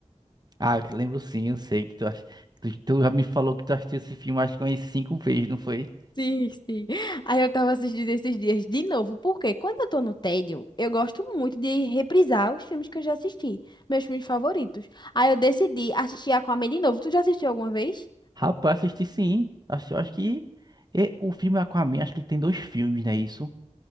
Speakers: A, on the right; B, on the left.
A: Ah, eu lembro sim, eu sei que tu, ach- tu, tu já me falou que tu assistiu esse filme acho que umas cinco vezes, não foi?
B: Sim, sim. Aí eu tava assistindo esses dias de novo, porque quando eu tô no tédio, eu gosto muito de reprisar os filmes que eu já assisti, meus filmes favoritos. Aí eu decidi assistir Aquaman de novo. Tu já assistiu alguma vez?
A: Rapaz, assisti sim. Acho, acho que é, o filme Aquaman, acho que ele tem dois filmes, né? Isso.